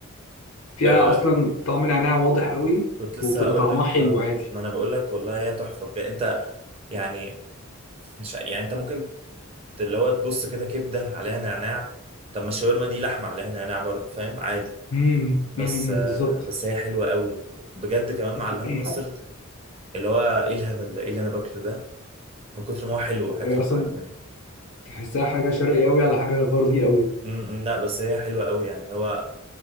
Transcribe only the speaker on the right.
آه،
كنت لسه
هقول
لك
اه
ما انا بقول لك والله هي تحفه بجد انت يعني مش يعني انت ممكن ت- اللي هو تبص كده كبده عليها نعناع طب ما الشاورما دي لحمه عليها نعناع برضه فاهم عادي
بس
آه
بس هي حلوه قوي بجد كمان
مع الهاني مسترد اللي هو ايه الهبل ده ايه اللي انا باكله ده من كتر ما هو حلو حياة
ربنا
بجد
أمم، لا بس هي حلوه قوي يعني هو